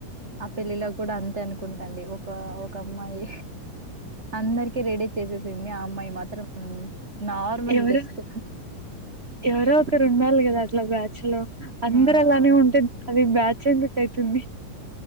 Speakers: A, on the right; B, on the right.
A: ఆ పెళ్లిలో కూడా అంతే ఆన్ ఆండీ ఒక ఒక అమ్మాయి అందరికి రెడీ చేసే ఆ అమ్మాయి మాత్రం నార్మల్
B: ఎవరో
A: జస్ట్
B: ఎవరో ఒకరు ఉండాలి కదా అట్లా బ్యాచ్ లో అందరలానే
A: ఆ అవునండి
B: ఉంటే అది బ్యా చిందుక్ <unintelligible> చింది